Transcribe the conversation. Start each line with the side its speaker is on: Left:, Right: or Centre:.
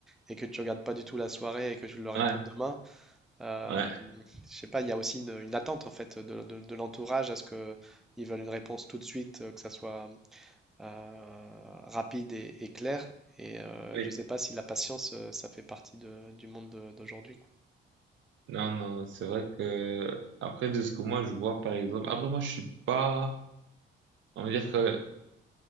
Centre: et que tu regardes pas du tout la soirée et que tu leur
Right: ouais.
Centre: réponds demain. Euh,
Right: Ouais.
Centre: je sais pas, il y a aussi une, une attente en fait de, de- de l'entourage à ce que ils veulent une réponse tout de suite, euh, que ça soit euh, rapide et, et clair. Et euh,
Right: Oui.
Centre: je sais pas si la patience, euh, ça fait partie de- du monde de- d'aujourd'hui. quoi.
Right: Non, non, c'est vrai que après de ce que moi je vois par exemple, après moi je suis pas, on va dire que,